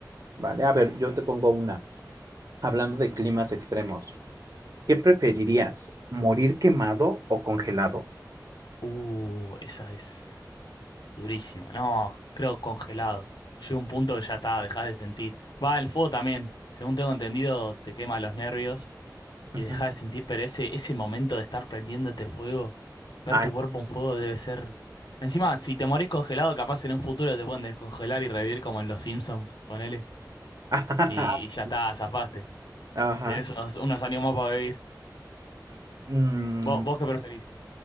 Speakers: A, on the right; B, on the left.
A: Vale, a ver, yo te pongo una. Hablando de climas extremos, ¿qué preferirías? ¿Morir quemado o congelado?
B: Uh, esa es durísima. No, creo congelado. Llega un punto que ya está, dejás de sentir. Va, el fuego también, según tengo entendido, te quema los nervios.
A: Ujú.
B: y dejar de sentir, pero ese, ese momento de estar prendiéndote fuego, ver
A: Ay,
B: tu cuerpo
A: sí.
B: en fuego debe ser... Encima, si te morís congelado, capaz en un futuro te pueden descongelar y revivir como en Los Simpsons, ponele,
A: <laughs>
B: y, y ya está, zafaste.
A: Ajá.
B: Tenés unos, unos años más para vivir.
A: Mm,
B: ¿Vos, vos qué preferís?